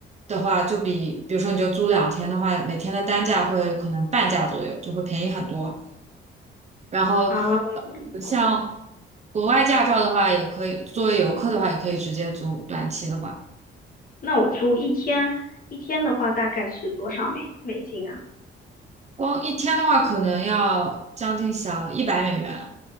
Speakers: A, on the right (about 35°); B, on the left (about 45°).
A: 的话，就比比如说你就租两天的话，每天的单价会可能半价左右，就会便宜很多。然后
B: 啊？
A: 呃像
B: 好的，
A: 国外驾照的话，也可以作为游客的话，也可以直接租短期的话，
B: 那我租一天，一天的话大概是多少美美金啊？
A: 光一天的话可能要将近小一百美元。